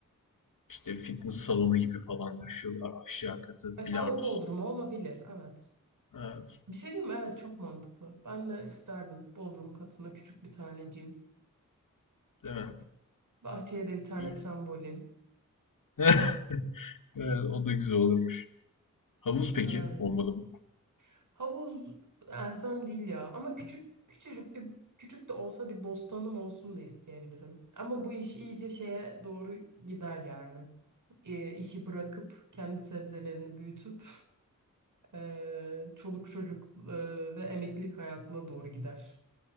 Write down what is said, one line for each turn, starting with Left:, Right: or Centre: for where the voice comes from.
Left: işte fitness salonu gibi falan düşüyorlar aşağı katı
Right: mesela
Left: bilardo
Right: o Bodrum'a
Left: salonu.
Right: olabilir evet.
Left: Evet.
Right: Bir şey diyeyim mi? Evet çok mantıklı. Ben de isterdim Bodrum katına küçük bir tane cim.
Left: Değil mi?
Right: Bahçeye de bir tane
Left: İyi.
Right: trambolin
Left: <laughs> Evet, o da güzel olurmuş. Havuz
Right: sarardım.
Left: peki olmalı mı?
Right: Havuz elzem değil ya ama küçük küçücük bir küçük de olsa bir bostanım olsun da isteyebilirim. Ama bu iş iyice şeye doğru gider yani. E, işi bırakıp kendi sebzelerini büyütüp e, çoluk çocuk e, ve emeklilik hayatına doğru gider.